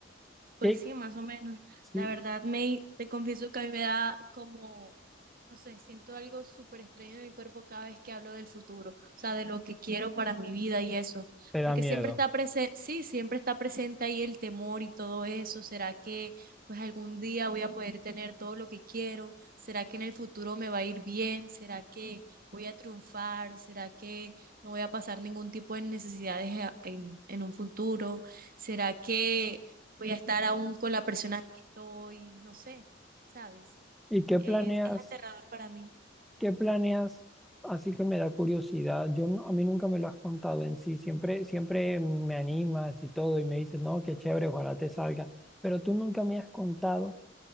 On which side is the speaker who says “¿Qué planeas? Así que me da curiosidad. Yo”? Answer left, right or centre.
Centre